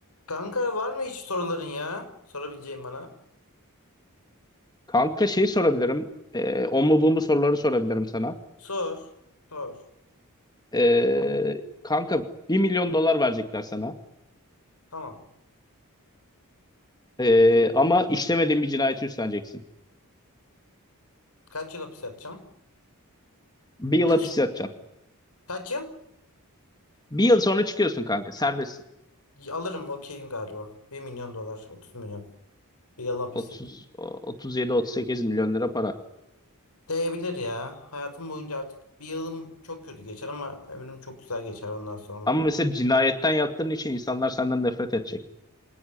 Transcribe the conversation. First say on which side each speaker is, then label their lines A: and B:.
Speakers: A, on the left; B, on the left.
A: Kanka var mı hiç soruların ya? Sorabileceğin bana.
B: Kanka şey sorabilirim. Ee, o mu bu mu soruları sorabilirim sana.
A: Sor. Sor.
B: Ee, kanka bir milyon dolar verecekler sana.
A: Tamam.
B: Ee, ama işlemediğin bir cinayeti üstleneceksin.
A: Kaç yıl hapis yatacağım?
B: Bir yıl
A: Ya
B: hapis
A: şu-
B: yatacaksın.
A: kaç yıl?
B: Bir yıl sonra çıkıyorsun kanka. Serbestsin.
A: Y- Alırım okeyim galiba. bir milyon dolar. 30 milyon. Bir yıl hapis
B: 30,
A: yatacağım.
B: 37-38 milyon lira para.
A: Değebilir ya. Hayatım boyunca artık bir yılım çok kötü geçer ama ömrüm çok güzel geçer bundan sonra.
B: Ama mesela cinayetten yattığın için insanlar senden nefret edecek.